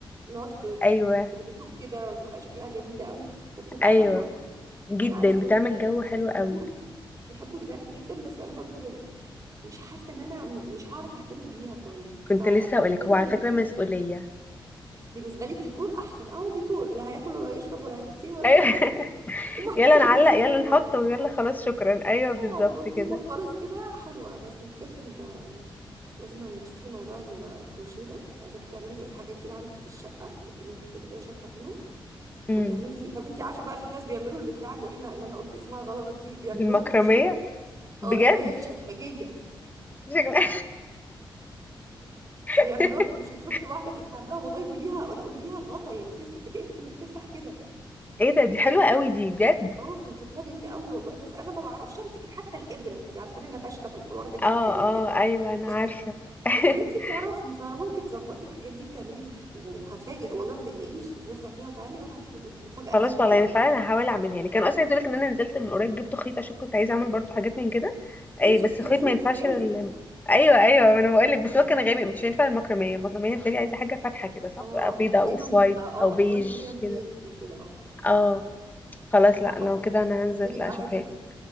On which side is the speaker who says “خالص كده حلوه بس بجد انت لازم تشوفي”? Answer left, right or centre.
Right